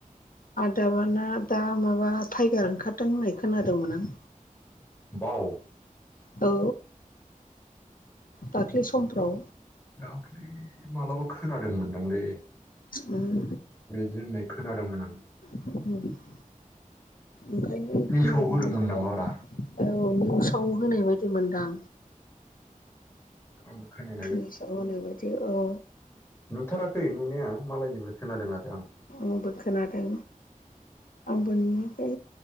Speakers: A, on the left; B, on the left.
A: आदाबाना दा माबा टाइगार ओंखारदों होननाय खोनादोंमोन आं।
B: बाव
A: औ दाख्लै समफ्राव
B: दाख्लि मालाबा खोनादोंमोनदांलै
A: उम
B: बेदि होननाय खोनादोंमोन आं।
A: <inaudible> ओंखायनो
B: निउसाव
A: गिहरनो
B: होदोंमोन
A: ओंखारो
B: नामाब्रा
A: औ निउसाव होनाय बायदि मोनदां
B: औ खोना
A: निउसआव बादि औ
B: नुथाराखै नुनाया मालायनिफ्राय खोनादों आरो आं।
A: आंबो खोनादों आंबो नुवाखै